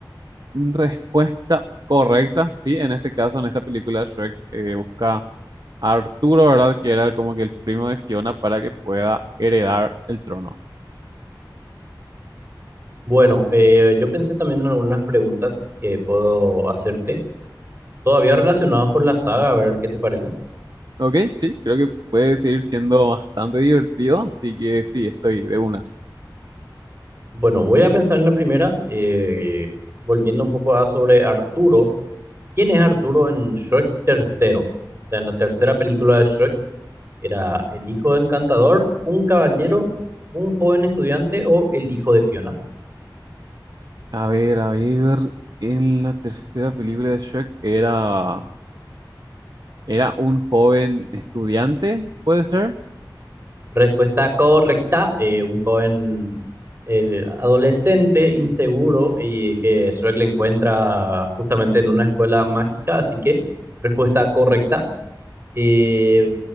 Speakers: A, on the right; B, on the right.
A: Respuesta correcta, sí, en este caso, en esta película, Shrek eh, busca a Arturo, ¿verdad? Que era como que el primo de Fiona para que pueda heredar el trono.
B: Bueno, eh, yo pensé también en algunas preguntas que puedo hacerte, todavía relacionadas con la saga, a ver qué te parece.
A: Ok, sí, creo que puede seguir siendo bastante divertido, así que sí, estoy de una.
B: Bueno, voy a pensar en la primera, eh, volviendo un poco a sobre Arturo. ¿Quién es Arturo en Shrek tercero? O sea, en la tercera película de Shrek era el hijo de Encantador, un caballero, un joven estudiante o el hijo de Fiona.
A: A ver, a ver, en la tercera película de Shrek era, era un joven estudiante, ¿puede ser?
B: Respuesta correcta, eh, un joven eh, adolescente, inseguro y que Shrek le encuentra justamente en una escuela mágica, así que respuesta correcta. Eh,